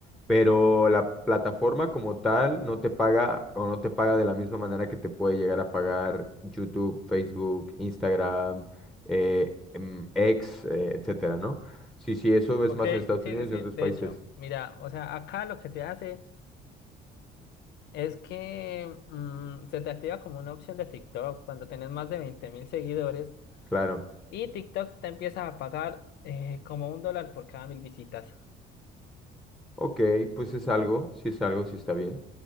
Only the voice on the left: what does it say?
Ok,
sí,
sí, sí.
De
hecho, mira, o sea, acá lo que se hace es que mm, se te activa como una opción de TikTok cuando tenés más de veinte mil seguidores
y TikTok te empieza a pagar eh, como un dólar por cada mil visitas.